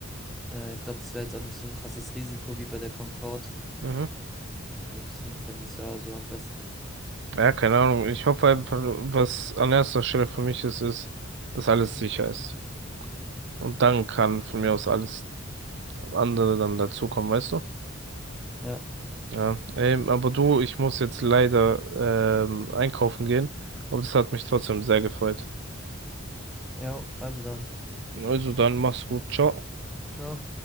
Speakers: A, in the centre; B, on the right (about 60°).
A: äh, ich glaube, das wäre jetzt auch nicht so ein krasses Risiko wie bei der Concorde.
B: Mhm.
A: Und deswegen fände ich es da so am besten.
B: Ja, keine Ahnung. Ich hoffe einfach, was an erster Stelle für mich ist, ist, dass alles sicher ist. Und dann kann von mir aus alles andere dann dazukommen, weißt du?
A: Ja,
B: Ja, ähm, aber du, ich muss jetzt leider ähm, einkaufen gehen, aber das hat mich trotzdem sehr gefreut.
A: ja, also dann.
B: Also dann mach's gut, ciao.
A: Ciao.